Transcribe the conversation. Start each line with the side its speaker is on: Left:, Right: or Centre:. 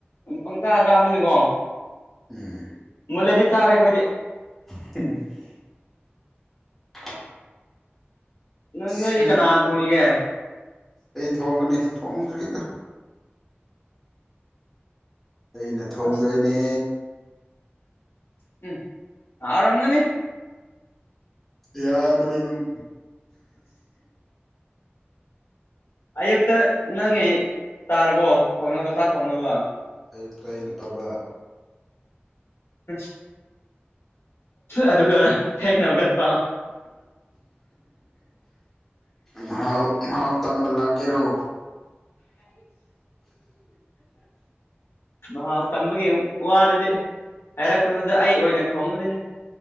Left: ꯄꯪꯆꯥ ꯆꯥꯕꯅꯤꯅꯀꯣ
Centre: ꯎꯝ
Left: ꯍꯜꯂꯗꯤ ꯆꯥꯔꯦ ꯑꯩꯈꯣꯏꯗꯤ
Centre: <unintelligible>
Left: ꯅꯣꯏ
Centre: ꯁꯤ
Left: ꯅꯣꯏꯗꯤ ꯀꯅꯥ ꯊ ꯊꯣꯛꯅꯤꯒ
Centre: ꯑꯩ ꯊꯣꯡꯉꯅꯤ ꯊꯣꯡꯗ꯭ꯔꯤꯗ ꯑꯩꯅ ꯊꯣꯡꯗꯣꯏꯅꯦ
Left: ꯑꯁ ꯎꯝ ꯑꯔꯃꯅꯤ
Centre: ꯌꯥꯕꯅꯦ ꯑꯗꯨꯝ
Left: ꯑꯌꯨꯛꯇ ꯅꯪꯒꯤ ꯆꯥꯔꯕꯣ ꯊꯣꯡꯅꯕ ꯆꯥꯛ ꯊꯣꯡꯅꯕ
Centre: ꯑꯌꯨꯛꯇ ꯑꯩꯅ ꯇꯧꯕ
Left: ꯑ ꯑꯗꯨꯒ ꯍꯦꯡꯅꯕꯒꯠꯄ
Centre: ꯃꯍꯥꯎ ꯃꯍꯥꯎ ꯇꯝꯕ ꯂꯥꯛꯀꯦꯔꯣ
Left: ꯃꯍꯥꯛꯥꯎ ꯇꯝꯕꯒꯤ ꯋꯥꯗꯨꯗꯤ ꯍꯥꯏꯔꯛꯀꯅꯨꯗ ꯑꯩ ꯑꯣꯏꯅ ꯊꯣꯡꯒꯅꯤꯣꯏꯅꯦ